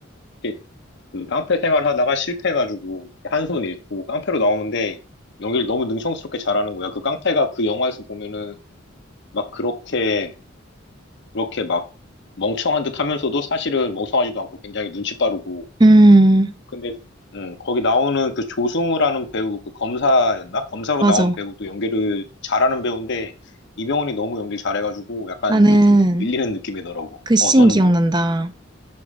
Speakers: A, on the left; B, on the right.
A: 이렇게 그 깡패 생활하다가 실패해가지고 한 손 잃고 깡패로 나오는데 연기를 너무 능청스럽게 잘하는 거야 그 깡패가 그 영화에서 보면은 막 그렇게 그렇게 막 멍청한 듯 하면서도 사실은 멍청하지도 않고 굉장히 눈치 빠르고.
B: 음,
A: 근데, 음, 거기 나오는 그 조승우라는 배우, 그 검사였나? 검사로
B: 맞아.
A: 나온 배우도 연기를 잘하는 배우인데, 이병헌이 너무 연기 잘해가지고 약간
B: 나는
A: 이렇게 좀 밀리는 느낌이더라고.
B: 그 씬
A: 어, 너는
B: 기억난다.
A: 뭐?